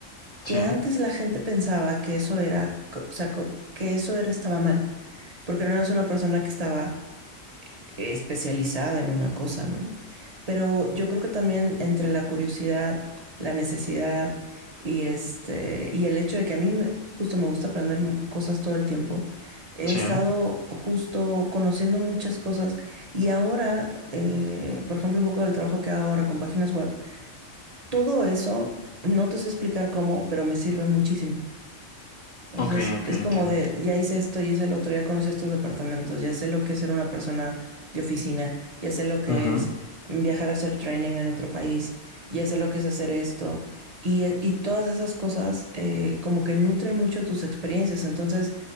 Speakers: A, on the right; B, on the left.
A: que
B: sí,
A: antes la gente pensaba que eso era, co- o sea, co- que eso era, estaba mal, porque no eras una persona que estaba eh, especializada en una cosa, ¿no? Pero yo creo que también entre la curiosidad, la necesidad y este, y el hecho de que a mí me- justo me gusta aprender mu- cosas todo el tiempo, he
B: sí,
A: estado justo conociendo muchas cosas y ahora, eh, por ejemplo, un poco del trabajo que hago ahora con páginas web, todo eso, no te sé explicar cómo, pero me sirve muchísimo. O
B: ok,
A: sea, es,
B: ok,
A: es
B: entiendo.
A: como de, ya hice esto, ya hice el otro, ya conocí estos departamentos, ya sé lo que es ser una persona de oficina, ya sé lo que
B: Ujú,
A: es viajar a hacer training en otro país, ya sé lo que es hacer esto. Y, e- y todas esas cosas eh, como que nutren mucho tus experiencias. Entonces,